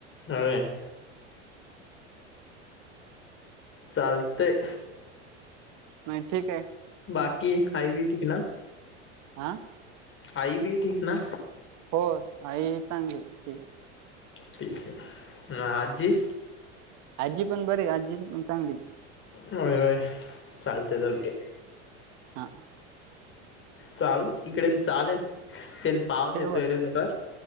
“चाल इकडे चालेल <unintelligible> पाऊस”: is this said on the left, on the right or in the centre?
Left